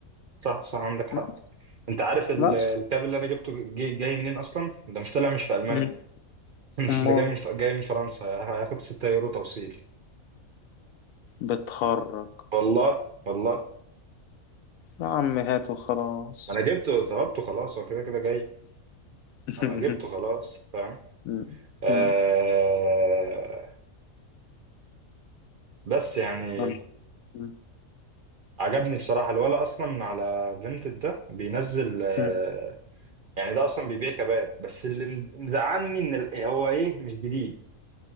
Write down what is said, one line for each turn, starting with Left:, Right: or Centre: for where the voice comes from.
Right: صح صح عندك حق
Left: بس
Right: انت عارف ال-
Left: بس
Right: الكاب اللي انا جبته جاي, جاي منين اصلا ده مش طالع مش في المانيا
Left: مم.
Right: <laughs>
Left: أمال
Right: ده جاي من ف- جاي من فرنسا هياخد 6 يورو توصيل
Left: بتخرج
Right: والله والله
Left: يا عم هات وخلاص
Right: ما انا جبته طلبته خلاص هو كده كده جاي
Left: <laughs>
Right: انا جبته خلاص فاهم
Left: م-
Right: آه
Left: م-
Right: بس يعني
Left: قول مم.
Right: عجبني بصراحة الولا أصلا على فينتد ده بينزل آه
Left: مم.
Right: يعني ده أصلا بيبيع كبات بس اللي مزعلني إن ال- هو إيه مش جديد